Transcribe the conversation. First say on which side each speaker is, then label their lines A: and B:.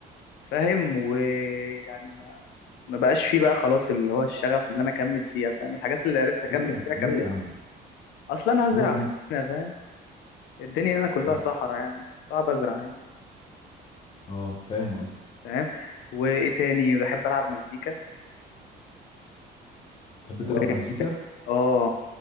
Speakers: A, on the left; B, on the left.
A: فاهم ويعني ما ما بقاش فيه بقى خلاص اللي هو الشغف اللي انا اكمل فيها فاهم الحاجات اللي عرفت اكمل
B: ليه يا-
A: فيها
B: ليه
A: كملت
B: يا عم
A: اصلا انا هزرع
B: ليه يا عم
A: هنا فاهم الدنيا هنا كلها
B: لا
A: صحراء يعني صعب ازرع هنا
B: اه فاهم قصدك
A: فاهم وايه تاني بحب العب مزيكا
B: تحب
A: و
B: تلعب مزيكا
A: اه